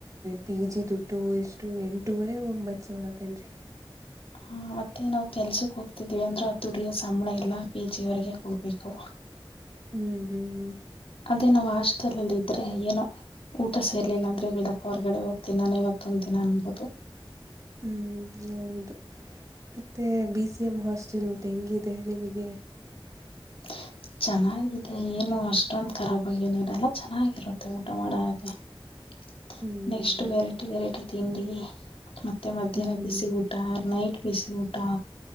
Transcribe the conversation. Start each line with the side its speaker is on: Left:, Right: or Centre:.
Right: ಪಿ ಜಿ ದುಡ್ಡು ಎಷ್ಟು ಎಂಟೂವರೆ ಒಂಬತ್ ಸಾವಿರ ಕಂಡ್ರಿ
Left: ಹಾ ಮತ್ತೆ ನಾವವು ಕೆಲ್ಸಕ್ ಹೋಗ್ತಿದೀವಿ ಅಂದ್ರ ಆ ದುಡಿಯಸ ನಮ್ಮಳ ಎಲ್ಲಾ ಪೀ ಜಿಗೆವರೆಗ ಕುಡುಪಕ್ಕ
Right: ಹ್ಮ್ ಹ್ಮ್
Left: ಅದೇ ನಾವ್ ಹಸ್ಟೆಲ್ಲ್ಲಿ ಇದ್ರೆ ಏನೋ ಊಟ ಸೇರ್ಲಿಲ್ಲ ಅಂದ್ರೆ ಬಿಡಪ್ಪ ಹೊರಗಡೆ ಹೋಗ್ತಿನ ನಾನ ಇವತ್ತೊಂದ್ ದಿನ ಅನ್ಬೋದು
Right: ಹ್ಮ್ ಹೌದು ಮತ್ತೆ ಬೀ ಸಿ ನಿಮ್ಮ್ ಹಾಸ್ಟೆಲ್ ಊಟ ಹೆಂಗಿದೆ ನಿಮಗೆ
Left: ಹ <inaudible> ಚೆನ್ನಾಗಿದೆ ಏನು ಅಷ್ಟೊಂದ ರಾಬ್ಗ ಏನ ಇಿದೆಲ್ಲ ಚೆನ್ನಾಗಿರುತ್ತೆ ಊಟ ಮಾಡೋ ಹಾಗೆ <inaudible>
Right: ಹ್ಮ್
Left: ನೆಕ್ಸ್ಟ್ ವೆರೈಟಿ ವೆರೈಟಿ ತಿಂಡಿ ಮತ್ತೆ ಮಧ್ಯಾಹ್ನ
Right: ಹ್ಮ್
Left: ಬಿಸಿ ಊಟ ಆರ್ ನೈಟ್ ಬಿಸಿ ಊಟ